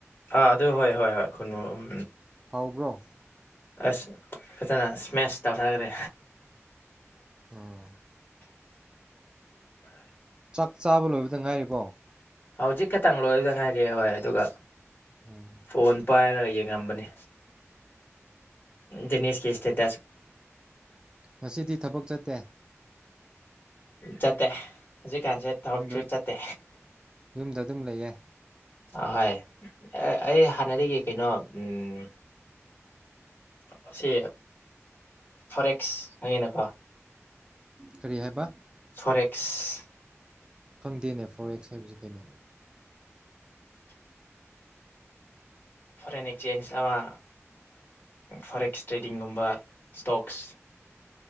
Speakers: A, on the left (about 40°); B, on the right (about 15°).
A: ꯑꯥ ꯑꯗꯨ ꯍꯣꯏ ꯍꯣꯏ ꯍꯣꯏ ꯈꯨꯅꯨꯝ ꯎꯝ
B: ꯍꯥꯎꯕ꯭ꯔꯣ
A: ꯑꯁ ꯐꯖꯅ ꯁꯃꯦꯁ ꯇꯎꯊꯈ꯭ꯔꯦ
B: ꯎꯝ ꯆꯥꯛ ꯆꯥꯕ ꯂꯣꯏꯕꯗ ꯉꯥꯏꯔꯤꯕꯣ
A: ꯍꯧꯖꯤꯛ ꯈꯛꯇꯪ ꯂꯣꯏꯕꯗ ꯉꯥꯏꯔꯑꯦ ꯍꯣꯏ ꯑꯗꯨꯒ
B: ꯎꯝ
A: ꯐꯣꯟ ꯄꯥꯏꯔꯒ ꯌꯦꯡꯉꯝꯕꯅꯤ ꯗꯦꯁ ꯀ ꯏꯁ
B: ꯉꯁꯤꯗꯤ ꯊꯕꯛ ꯆꯠ ꯆꯠꯇꯦ
A: ꯆꯠꯇꯦ ꯍꯧꯖꯤꯛꯀꯥꯟꯁꯦ ꯊꯕꯛꯁꯨ
B: ꯌꯨꯝꯗ
A: ꯆꯠꯇꯦ
B: ꯌꯨꯝꯗ ꯑꯗꯨꯝ ꯂꯩꯌꯦ
A: ꯑꯍꯣꯏ ꯑꯩ ꯍꯥꯟꯅꯗꯒꯤ ꯀꯩꯅꯣ ꯎꯝ ꯑꯁꯤ ꯐꯣꯔꯦꯛꯁ ꯈꯪꯉꯤꯅꯀꯣ
B: ꯀꯔꯤ ꯍꯥꯏꯕ
A: ꯐꯣꯔꯦꯛꯁ
B: ꯈꯪꯗꯦꯅꯦ ꯐꯣꯔ ꯑꯦꯛꯁ ꯍꯥꯏꯕꯁꯤ ꯀꯩꯅꯣ
A: ꯐꯣꯔꯦꯟ ꯑꯦꯛꯆꯦꯟꯖ ꯑꯃ ꯐꯣꯔꯦꯛꯁ ꯇ꯭ꯔꯦꯗꯤꯡꯒꯨꯝꯕ ꯏꯁꯇꯣꯛꯁ